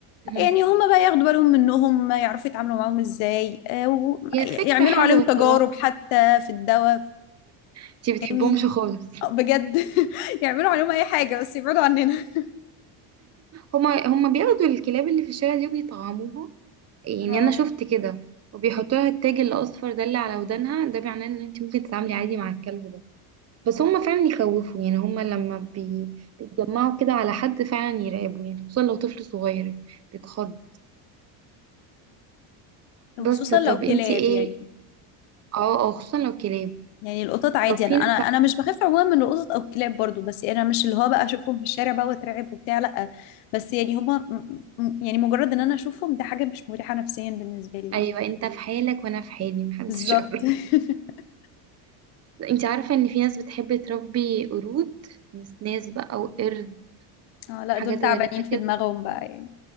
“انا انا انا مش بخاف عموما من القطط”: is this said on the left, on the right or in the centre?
Left